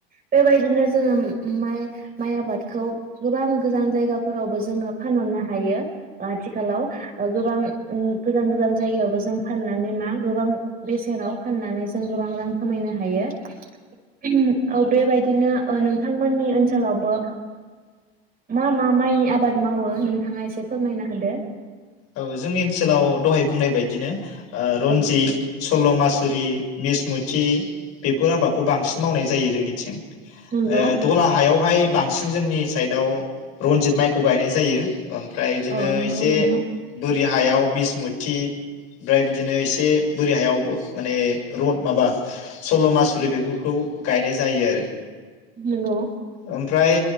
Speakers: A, on the right; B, on the left.
A: बेबायदिनो जोंङो माइ माइ आबादखौ गोबां गोजान जायगाफोरावबो जोंङो फानहरनो हायो आथिखालाव गोबां गोजान गोजान जायगायावबो जों फाननानै मा गोबां बेसेनाव फाननानै जों गोबां रां खामायनो हायो। औ बेबायदिनो नोंथांमोननि ओनसोलावबो मा मा माइनि आबाद मावो? नोंथाङा एसे फोरमायना होदो।
B: औ जोंनि ओनसोलाव दहाय बुंनाय बायदिनो। ओ रनजित
A: औ
B: सल'मास थुरि बिसमुथि बेफोर आबादखौ बांसिन मावनाय जायो जोंनिथिं।
A: नंगौ
B: ओ दला हायाव। बेहाय बांसिन जोंनि साइदआव रनजित माइखौ गायनाय जायो। ओमफ्राय इदिनो
A: औ नंगौ
B: एसे
A: नोंथां
B: बोरि हायाव बिसमुथि ओमफ्राय बिदिनो एसे बोरि हायावबो माने रन माबा सलमासुरि बेफोरखौ गायनाय जायो आरो।
A: नंगौ
B: ओमफ्राय